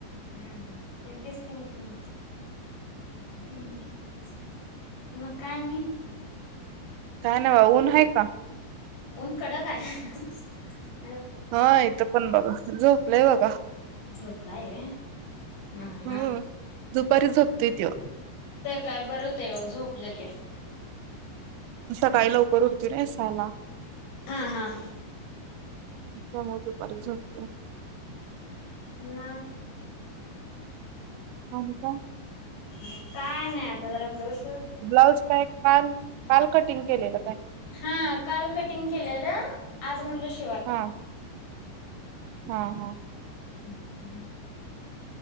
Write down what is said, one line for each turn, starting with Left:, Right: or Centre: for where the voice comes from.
Left: हम्म ते डिस्कनेकटिंग हम्म मग काय आणि?
Right: काय नाइ बाबा ऊन हाय का?
Left: ऊन कडक हाय. <inaudible>
Right: व्हय इथ पण बघा. झोपलय बघा.
Left: झोपलाय व्हय हं
Right: हम्म
Left: हं
Right: दुपारी झोपत्योय तो
Left: काय बरं होतं ओ झोपले की.
Right: सकाळी लवकर उठतय नई सहा ला.
Left: हां हां
Right: त्यामुळ दुपारी झोपतोय.
Left: मग
Right: आणि काय?
Left: हम्म काय नाही आता जरा ब्लाउज
Right: ब्लाऊज काय काल काल कटिंग केलेलं काय?
Left: हा काल कटिंग केलेलं आज म्हणलं शि
Right: हा हां हां
Left: <inaudible>